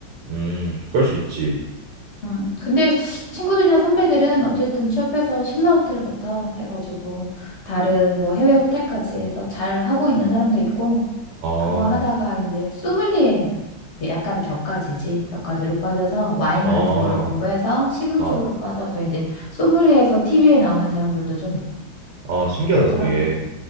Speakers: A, on the right; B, on the left.
A: 음, 그럴 수 있지.
B: 음, 근데 친구들이나 선배들은 어쨌든 취업해서 신라 호텔부터 해가지고 다른 뭐 해외 호텔까지 해서 잘 하고 있는 사람도 있고
A: 어,
B: 그거 하다가 이제 소믈리에 이제 약간 격가지지 격가지로 빠져서 와인
A: 어,
B: 같은 거로 공부해서 식음
A: 어,
B: 쪽으로 빠져서 이제 소믈리에에서 TV에 나오는 사람들도 좀 있고
A: 어, 신기하다,
B: 그렇더라고.
A: 되게.